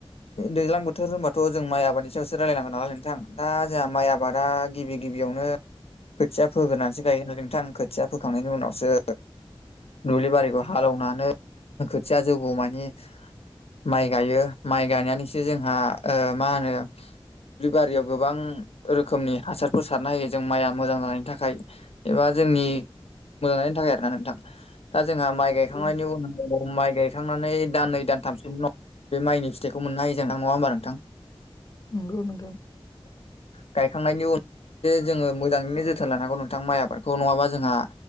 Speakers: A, on the left; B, on the left.
A: दैज्लां बोथोर होनबाथ' जों माइ आबादनि सायावसो रायलायनांगोन नालाय नोंथां। दा जोंहा माइ आबादा गिबि गिबियावनो खोथिया फोग्रोनासो गायो नालाय नोंथां खोथिया फोखांनायनि उनावसो दुब्लि बारिखौ हालौनानै खोथिया जौगौ मानि माइ गायो माइ गायनानैसो जोंहा ओ मा होनो दुब्लि बारियाव गोबां रोखोमनि हासारफोर सारना होयो जों माइआ मोजां जानायनि थाखाय। एबा जोंनि मोजांजानायनि थाखाय आरोना नोंथां दा जोंहा माइ गायखांनायनि
B: नंगौ नोंथां
A: उनाव माइ गायखांनानै दान नै दानथाम सोनि उनाव बे माइनि फिथाइखौ मोननो हायो जों नङा होनबा नोंथां?
B: नंगौ नोंथां।
A: गायखांनायनि उन जे जोङो मोजाङैनो जोथोन लानो हांगौ नोंथां माइ आबादखौ नङाबा जोंहा